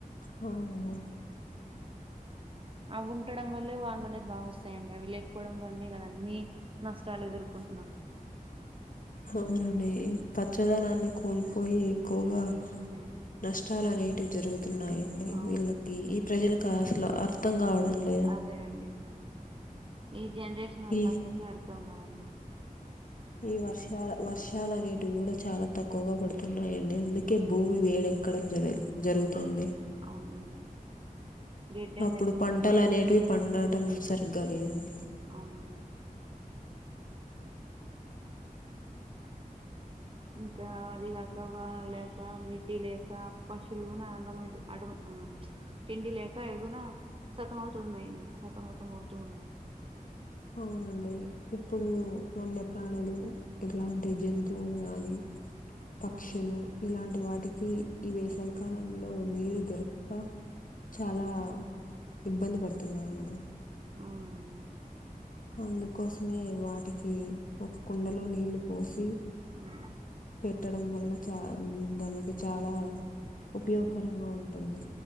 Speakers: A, on the left; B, on the right.
A: అవునండి
B: అవి ఉంటడం వల్లే వానులనేది బాగా వస్తాయండి అవి లేకపోవడం వల్నే కదా అన్ని నష్టాలు ఎదురుకున్
A: అవునండి ఈ పచ్చదనాన్ని కోల్పోయి ఎక్కువగా
B: అవున
A: నష్టాలు అనేటివి జరుగుతున్నాయండి
B: అవును
A: వీళ్ళకి ఈ ప్రజలక అసల అర్థం కావడం లేద్
B: అదే అండి ఈ జనరేషన్ వాళ్ళకి
A: ఈ
B: అసలకే అర్థం కాదండి
A: ఈ వర్షాల వర్షాలు అనేటివి కూడా చాలా తక్కువగా పడుతున్నాయండి అందు కే భూమి వేడెక్కడం జరగ్ జరుగుతుంది
B: అవునండి గడ్డి
A: అప్పుడు
B: అనేది
A: పంటలు అనేవి పండటం సరిగ్గా లేదండి
B: అవునండి ఇంకా అది కాక వానల లేక గడ్డి లేక పశులు కూడా అన్నమేజ్ అటమ్ తిండి లేక ఎగున సతమ అవుతున్నాయి సతమతం అవుతూ ఉన్నాయి
A: అవునండి ఇప్పుడు వన్య ప్ర్రాణులు ఇట్లాంటి జంతువులు గాని పక్షులు
B: అవును
A: ఇలాంటి వాటికి ఈ వేసవికాలంలో నీరు దొరుక్క చాలా ఇబ్బంది పడుతున్నాయండి
B: అవునండి
A: అందుకోసమే వాటికి ఒక కుండలో నీళ్ళు పోసి
B: ఉ
A: పెట్టడం వల్ల చా దానికి చాలా ఉపయోగకరంగా
B: ఉమ్,
A: ఉంటుంది